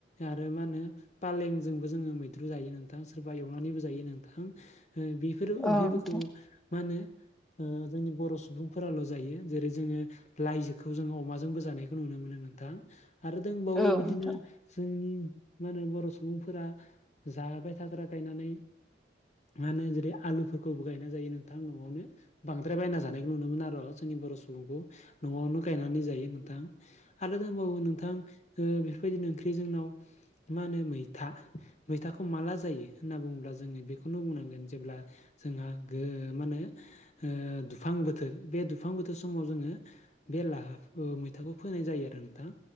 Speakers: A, on the left (about 40°); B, in the centre.
A: आरो मा होनो फालेंजोंबो जोङो मैद्रु जायो नोंथा सोरबा एवनानैबो जायो नोंथां ओ बिफोरो
B: औ
A: ओंख्रिफोरखौ
B: नोंथां
A: मा होनो ओ जोंनि बर' सुबुंफोराल' जायो जेरै जोङो लाइजोखौ जों अमाजोंबो जानायखौ नुनो मोनो नोंथां आरो दोंबावो
B: औ
A: बिदिनो
B: नोंथां
A: जोंनि मा होनो बर' सुबुंफोरा जाबाय थाग्रा गायनानै मा होनो जेरै आलुफोरखौबो गायना जायो नोंथां न'आवनो बांद्राय बायना जानायखौ नुनो मोन आर' जोंनि बर' सुबुंखौ न'आवनो गायनानै जायो नोंथां आरो दोंबावो नोंथां ओ बिफोरबायदिनो ओंख्रिजोंनाव मा होनो मैथा मैथाखौ माला जायो होनना बुङोब्ला जोङो बेखौनो बुंनांगोन जेब्ला जोंहा गो मानो ओ दुफां बोथोर बे दुफां बोथोर समाव जोङो बे लाहा मैथाखौ फोनाय जायो आरो नोंथाङा